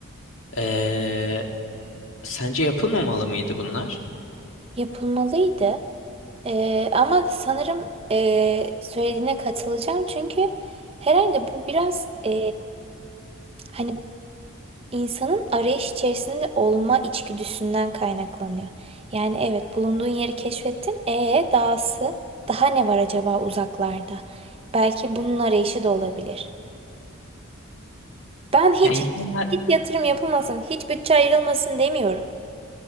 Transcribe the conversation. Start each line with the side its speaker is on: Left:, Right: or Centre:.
Left: Eee, sence yapılmamalı mıydı bunlar?
Right: Yapılmalıydı. Ee, ama sanırım e, söylediğine katılacağım çünkü herhalde bu biraz e, hani insanın arayış içerisinde olma içgüdüsünden kaynaklanıyor. Yani evet bulunduğun yeri keşfettin. E dahası daha ne var acaba uzaklarda? Belki bunun arayışı da olabilir. Ben hiç
Left: Yani insanlar
Right: hiç yatırım yapılmasın, hiç bütçe ayrılmasın demiyorum.